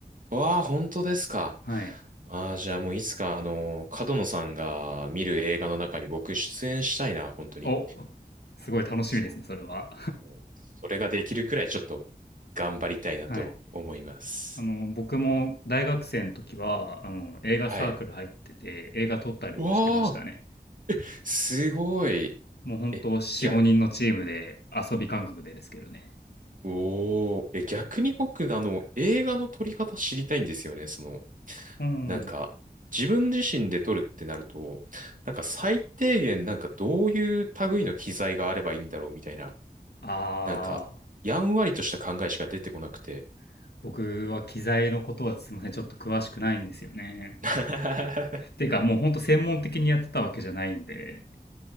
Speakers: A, on the right (about 55°); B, on the left (about 90°).
A: わあ、本当ですか。
B: はい。
A: ああ、じゃあもういつかあの、角野さんが見る映画の中に僕出演したいな、本当に。
B: お、すごい楽しみですね、
A: そ
B: それは。
A: う。もうそれができるくらいちょっと頑張りたいなと思います。
B: <laughs> はい。あの、僕も大学生の時は、あの、映画サークル入ってて、
A: はい。
B: 映画撮ったりもしてましたね。
A: わあ、すごい。
B: もう本当よんと4、
A: え、逆
B: 5人のチームで遊び感覚でですけどね。
A: おお、え、逆に僕、あの、映画の撮り方知りたいんですよね。その、
B: うん。
A: なんか、自分自身で撮るってなると、なんか最低限、なんかどういう類の機材があればいいんだろうみたいな、
B: あ
A: なんか、やんわりとした考えしか出てこなくて。
B: ー、僕は機材のことはすいません、ちょっと詳しくないんですよね。
A: <laughs>
B: てかもう本当専門的にやってたわけじゃないんで、